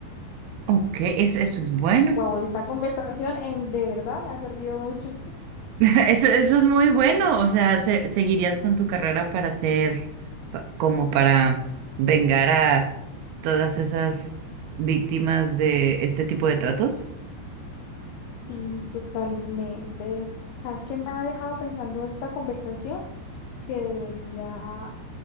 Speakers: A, on the right; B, on the left.
A: ok, eso, eso es bueno,
B: Wow, esta conversación en de verdad me ha servido mucho.
A: <laughs> eso, eso es muy bueno, o sea, se- seguirías con tu carrera para ser, pa- como para vengar a todas esas víctimas de este tipo de tratos,
B: Sí, totalmente. ¿Sabes qué me ha dejado pensando esta conversación? Que debería